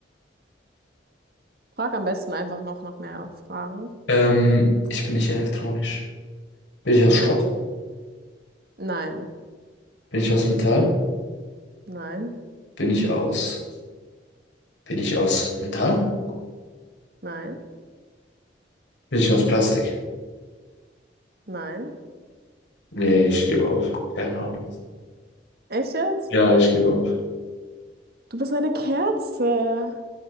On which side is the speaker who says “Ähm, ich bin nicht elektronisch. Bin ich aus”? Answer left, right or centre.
Left